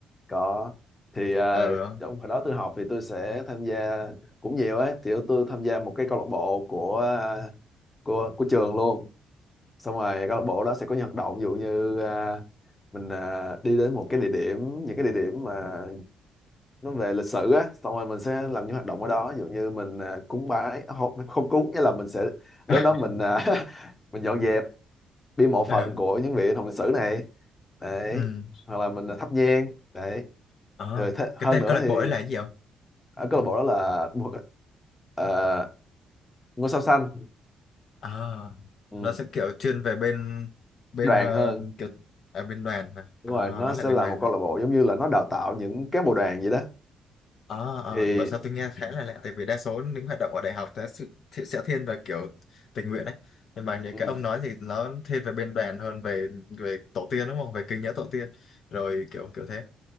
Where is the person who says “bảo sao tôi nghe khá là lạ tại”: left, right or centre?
Left